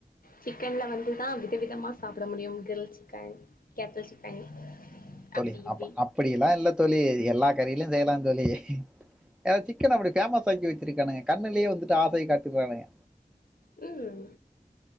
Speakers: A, on the left (about 70°); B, in the centre.
A: சிக்கன்ல வந்துதா வித விதமா சாப்ட முடியும் கிரில் சிக்கன் கேத்தல் சிக்கன்
B: தோழி
A: அப்டி இப்டி
B: அப்ப அப்படி எல்லா இல்ல தோழி எல்லா கறிலையு செய்யலா தோழி ஏனா சிக்கன அப்டி ஃபேமஸ் ஆக்கி வச்சிருக்கானுங்க கண்ணுேலயே வந்துட்டு ஆசைய காட்டிறானுங்க
A: ம்